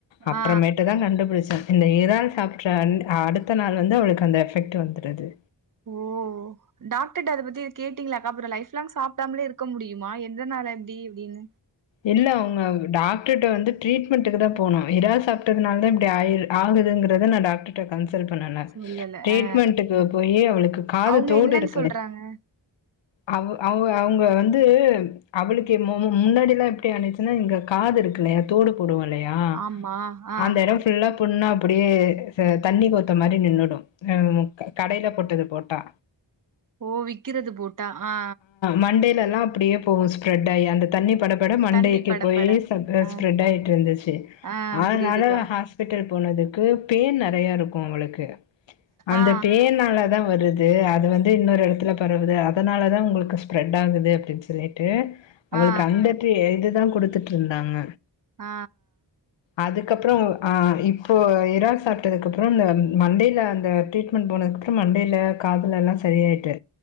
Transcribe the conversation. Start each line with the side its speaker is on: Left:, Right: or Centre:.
Left: அப்பறமேட்டுதா
Right: ஆ
Left: கண்டுபுடிச்சே இந்த இறால் சாப்புட்ற அந் அடுத்த நாள் வந்து அவளுக்கு அந்த எஃபெக்ட் ட்டு வந்துடுது
Right: ஓ டாக்டர்ட்ட அத பத்தி எது கேட்டீங்களா அக்கா அப்றோ லைஃப் லாங் சாப்டாமலே இருக்க முடியுமா எதனால இப்டி அப்டின்
Left: இல்ல உங்க டாக்டர்ட வந்து ட்ரீட்மெண்ட்டுக்கு தா போனோ இறால் சாப்டதுனால தா இப்டி ஆயிரு ஆகுதுங்குறத நா டாக்டர் ட்ட கன்சல்ட் பண்ணுன
Right: சொல்லல
Left: ட்ரீட்மெண்ட்டுக்கு
Right: அ
Left: போயி அவளுக்கு காது
Right: அவுங்க
Left: தோடு
Right: என்னன்னு
Left: இருக்குல்ல
Right: சொல்றாங்க
Left: அவ் அவ அவங்க வந்து அவளுக்கு எ மு மு முன்னாடிலா எப்டி ஆனுச்சுன்னா இங்க காது இருக்குல்லையா தோடு போடுவோ இல்லையா
Right: ஆமா ஆ
Left: அந்த எடோ ஃபுல்லா புண்ணா அப்பிடியே ஆ தண்ணி கோத்த மாரி நின்னுடு ஆ க கடைல போட்டது புரோட்டா
Right: ஓ விக்கிறது புரோட்டா ஆ
Left: மண்டைலலா அப்பிடியே போகு ஸ்ப்ரெட் ஆயி அந்த தண்ணி பட மண்டைக்கி
Right: தண்ணி பட
Left: போயி
Right: பட
Left: ச த
Right: ஆ
Left: ஸ்ப்ரெட் ஆயிட்ருந்துச்சு
Right: ஆ
Left: அதனால
Right: புரியுதுக்கா
Left: நா ஹாஸ் பிட்டல் போனதுக்கு பேன் நெறையா இருக்கு அவளுக்கு அந்த
Right: ஆ
Left: பேன்னாலதா வரு து அது வந்து இன்னொரு எடத்துல பரவுது அதனாலதா உங்களுக்கு ஸ்ப்ரெட் ஆகுது அப்டின்னு சொல்லிட்டு அவளுக்கு
Right: ஆ ஆ
Left: அந்த ட்ரீ இதுதா குடுத்துட்ருந்தாங்க
Right: ஆ
Left: அதுக்கப்றோ ஆ இப்போ இறால் சாப்ட்டதுக்கப்றோ இந்த ம் மண்டைல அந்த ட்ரீட் மெண்ட் போனதுக்கப்றோ மண்டைல காதுலல்லா சரியாயிட்டு